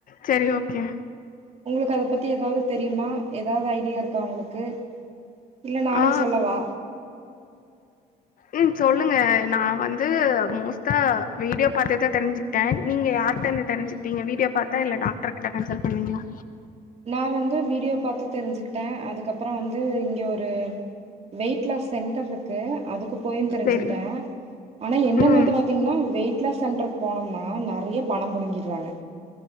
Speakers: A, on the left; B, on the right.
A: சரி ஓகே
B: உங்களுக்கு அத பத்தி ஏதாவ்து தெரியுமா ஏதாவ்து ஐடியாருக்கா உங்களுக் கு இல்ல நானே
A: ஆ
B: சொல்லவா
A: ம் சொல்லுங்க நா வந்து மோஸ்ட்டா வீடியோ பாத்துதான் தெரிஞ்சு கிட்டேன் நீங்க யார்ட்ட இருந்து தெரிஞ்சுக்கிட்டிங்க வீடியோ பாத்தா இல்ல டாக்டர் கிட்ட கன்சல் பண்ணிங்ளா
B: நா வந்து வீடியோ பாத்து தெரிஞ்சுக்கிட்டேன் அதுக்கப்பறம் வந்து இங்கே ஒரு வெயிட் லாஸ் சென்டருக்கு அதுக்கு போயும் தெரிஞ்சுக்
A: செரி
B: கிட்டேன் ஆனா என்னன்னு
A: ம்
B: வந்து பாத்தீங்கன்னா வெயிட் ட்லாஸ் சென்டருக்கு போனோம்னா நறைய பணம் புடுங்கிட்றாங்க